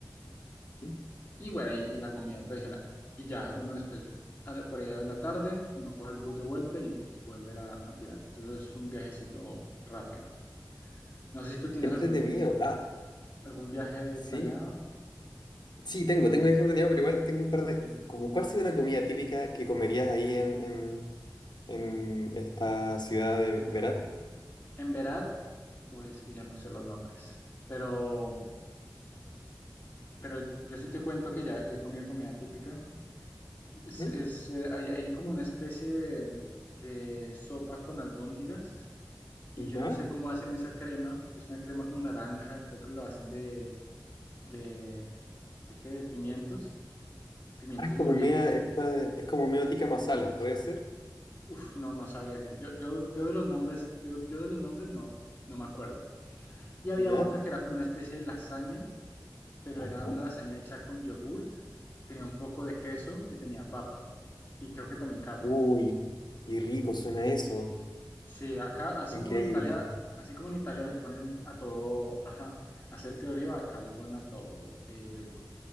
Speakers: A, on the left; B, on the left.
A: Qué
B: Y bueno, y, y la comida tradicional. Y ya, uno después, a la- por allá en la tarde, uno coge el bus de vuelta y, y vuelve a, a tirar. Entonces es un viajecito rápido. No sé si tú tienes
A: Entretenido.
B: algún,
A: Ah,
B: algún viaje planeado
A: Sí, sí, tengo, tengo viaje planeado, pero igual tengo un par de... y Como, ¿cuál sería una comida típica que comerías ahí en, en, en esta ciudad de Berat?
B: en Berat, o es que ya no sé los nombres. Pero, pero yo sí te cuento que ya, ya he comido comida típica. Es,
A: ¿Mm?
B: es, eh, hay, hay como una especie de, de sopa con albóndigas y
A: ¿Ya?
B: yo no sé cómo hacen esa crema. Es una crema como naranja, creo que lo hacen de, de, de qué, de pimientos, pimientos
A: Ah, es como
B: molidos.
A: media, esta, es como medio tikka masala, ¿puede ser?
B: Uf, no, no sabría decir. Yo, yo, yo de los nombres, yo, yo de los nombres no, no me acuerdo. Y había
A: ¿Ya?
B: otra que era como una especie de lasaña, pero
A: Ajá.
B: era una lasaña hecha con yogurt, tenía un poco de queso y tenía papa. Y creo que también carne.
A: Uy, y rico suena eso.
B: Sí, acá, así
A: Increíble.
B: como en Italia, así como en Italia le ponen a todo <laughs> ajá, aceite de oliva, acá le ponen a todo eh, yogurt.